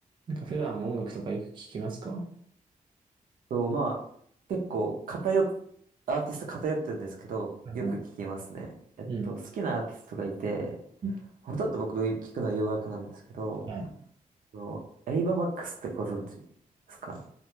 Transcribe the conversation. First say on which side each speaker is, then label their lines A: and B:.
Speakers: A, on the right; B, on the right.
A: なんか普段音楽とかよく聞きますかは
B: と、まあ、結構偏っ、アーティスト偏ってるんですけど、
A: いはい。
B: よく聞きますね。えっと、
A: うん。
B: 好きなアーティストがいて、
A: うん
B: ほとんど僕聞くのは洋楽なんですけど、
A: はい
B: あの、エイバーマックスってご存知ですか